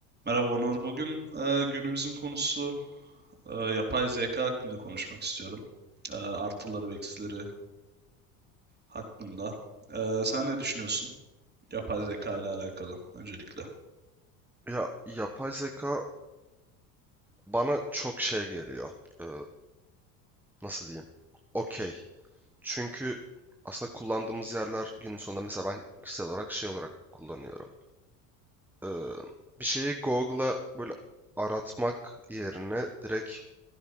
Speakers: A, on the right; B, in the centre.
A: Merhaba Onur. Bugün e, günümüzün konusu e, yapay zeka hakkında konuşmak istiyorum. E, artıları ve eksileri hakkında. E, sen ne düşünüyorsun yapay zeka ile alakalı öncelikle?
B: Ya yapay zeka bana çok şey geliyor. Ee, nasıl diyeyim? Okey. Çünkü aslında kullandığımız yerler günün sonunda mesela ben kişisel olarak şey olarak kullanıyorum. Ee, bir şeyi Google'a böyle aratmak yerine direkt